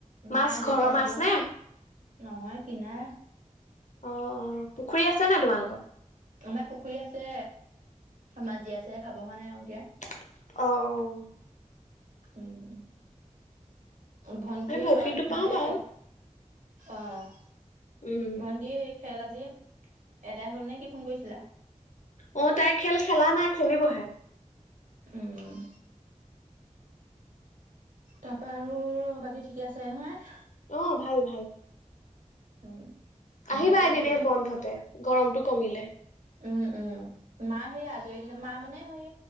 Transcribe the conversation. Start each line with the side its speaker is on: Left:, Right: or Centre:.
Right: মায়ে,
Left: মাছ
Right: দেউতাই,
Left: ঘৰৰ মাছ
Right: বৌ।
Left: নে?
Right: নহয় কিনা।
Left: অঁ, অঁ পুখুৰী আছে নাই তোমালোকৰ?
Right: আমাৰ পুখুৰী আছে। মাছ জীয়াইছেহে খাব হোৱা নাই আৰু এতিয়া।
Left: অঁ, অ '।
Right: উম, ভণ্টিয়ে
Left: আমি বৰশীটো
Right: অঁ, আজি ভণ্টিৰ
Left: পাওঁ বাৰু।
Right: খেল অঁ,
Left: উম,
Right: ভণ্টিৰ সেই খেল আজি এদাই হ'ল নেকি ফোন কৰিছিলা?
Left: অঁ, তাই খেল খেলানাই খেলিবহে।
Right: উম। তাৰপৰা আৰু বাকী ঠিকে আছে নহয়?
Left: অঁ, ভাল ভাল।
Right: উম।
Left: আহিবা
Right: ভাইটিয়ে
Left: এদিন
Right: কি কৰি
Left: এই
Right: আছে?
Left: বন্ধতে, গৰমটো কমিলে।
Right: উম, উম। মা সেই আজৰি দিনত, মা মানে সেই